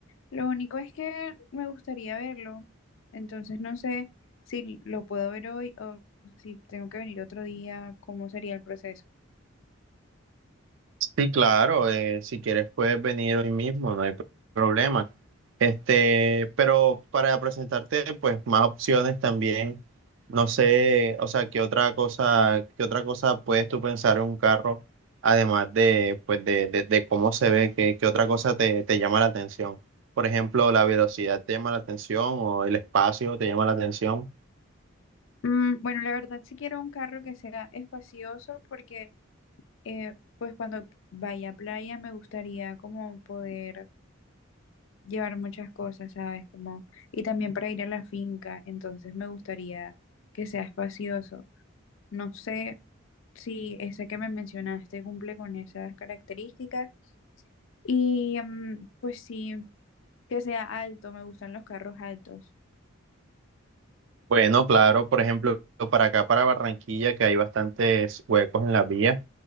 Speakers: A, on the left; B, on the right.
A: Lo único es que me gustaría verlo. Entonces no sé si lo puedo ver hoy o si tengo que venir otro día, cómo sería el proceso.
B: Sí, claro, eh, si quieres puedes venir hoy mismo, no hay pr- problema. Este, pero para presentarte, pues, más opciones también. No sé, o sea, qué otra cosa, qué otra cosa puedes tú pensar en un carro, además de, pues, de, de- de cómo se ve, qué, qué otra cosa te, te llama la atención. Por ejemplo, la velocidad te llama la atención o el espacio te llama la atención.
A: Mm, bueno, la verdad sí quiero un carro que sea espacioso porque eh, pues cuando vaya a playa me gustaría como poder llevar muchas cosas, ¿sabes? Como, y también para ir a la finca, entonces me gustaría que sea espacioso. No sé si ese que me mencionaste cumple con esas características y mm, pues sí, que sea alto, me gustan los carros altos.
B: Bueno, claro, por ejemplo, para acá, para Barranquilla, que hay bastantes huecos en la vía,